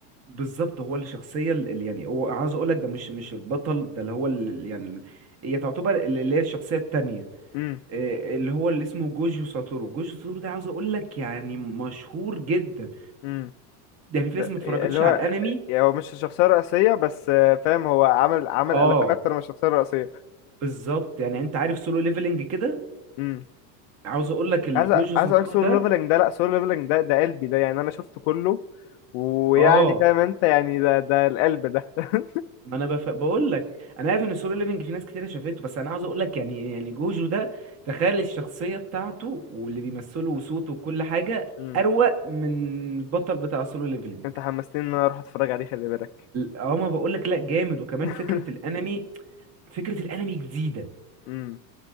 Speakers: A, on the right; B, on the left.
A: بالظبط هو الشخصية اللي يعني هو عاوز اقول لك ده مش مش البطل ده اللي هو اللي يعني هي تعتبر اللي اللي هي الشخصية التانية
B: امم
A: إيه اللي هو اللي اسمه جوجو ساتورو جوجو ساتورو ده عاوز اقول لك يعني مشهور جدا
B: امم
A: يعني
B: ده
A: في ناس ما اتفرجتش
B: اللي هو
A: على الانمي
B: يعني هو مش الشخصية الرئيسية بس آه، فاهم هو عمل عمل
A: اه
B: قلبان اكتر من الشخصية الرئيسية
A: بالظبط يعني انت عارف سولو ليفلنج كده
B: امم
A: عاوز اقول لك الجوجو
B: عايز أ- عايز
A: ساتورو
B: اقولك سولو
A: ده
B: ليفلنج ده لا سولو ليفلنج ده ده قلبي ده يعني انا شفته كله ويعني
A: اه
B: فاهم انت يعني ده ده القلب ده <laughs>
A: ما انا بف... بقول لك انا عارف ان السولو ليفنج في ناس كتير شافته بس انا عاوز اقول لك يعني يعني جوجو ده تخيل الشخصيه بتاعته واللي بيمثله وصوته وكل حاجه
B: مم.
A: اروق من البطل بتاع سولو ليفلنج
B: انت حمستني ان انا اروح اتفرج عليه خلي بالك
A: هما بقول لك لا جامد وكمان
B: <laughs>
A: فكره الانمي فكره الانمي جديده
B: امم